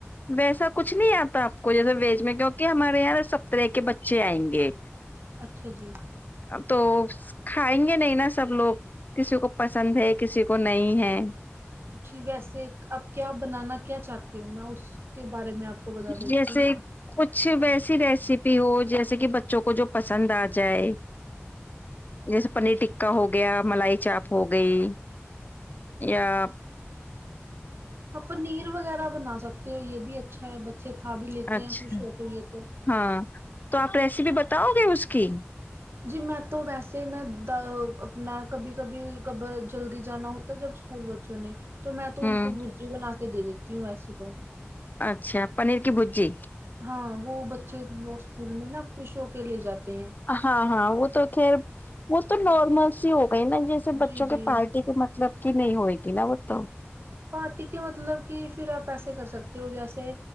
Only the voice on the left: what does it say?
ویسا کچھ نہیں آتا آپ کو جیسے ویج میں کیونکہ ہمارے یہاں سب ترہا کے بچے آئیں گے
اب تو کھائیںگے نہیں نا سب لوگ کسی کو پسند ہے کسی کو نہیں ہے
جیسے
کچھ ویسی ریسیپی ہو جیسے کہ بچوں کو جو پسند آ جائے جیسے پنیر ٹکا ہو گیا ملائی چاپ ہو گئی یا
اچھا
ہاں تو آپ ریسیپی بتاؤ گے اس کی
ہوں
اچھا پنیر کی بھرجی
ہاں ہاں وہ تو خیر وہ تو نارمل سی ہو گئی نا جیسے سے بچوں
کے
پارٹی کے مطلب کی نہیں ہوئے گی نا وہ تو